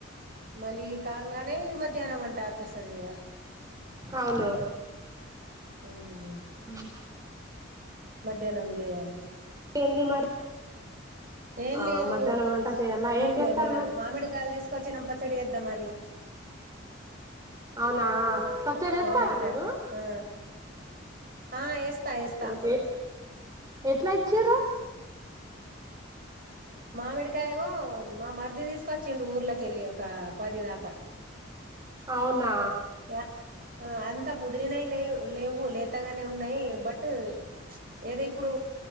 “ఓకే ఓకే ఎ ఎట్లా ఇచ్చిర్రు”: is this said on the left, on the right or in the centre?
Right